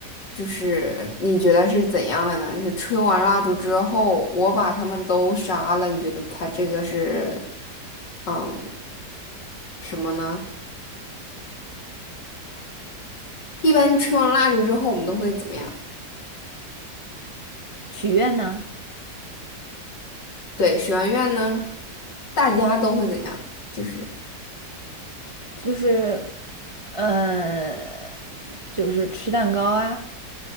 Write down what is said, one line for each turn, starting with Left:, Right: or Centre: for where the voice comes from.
Left: 就是你觉得是怎样的呢？就是吹完蜡烛之后，我把他们都杀了，你觉得他这个是，嗯，什么呢？一般吹完蜡烛之后，我们都会怎么样？
Right: 许愿呢，
Left: 对，许完愿呢，大家都会怎样？就是。
Right: 就是呃，就是吃蛋糕啊，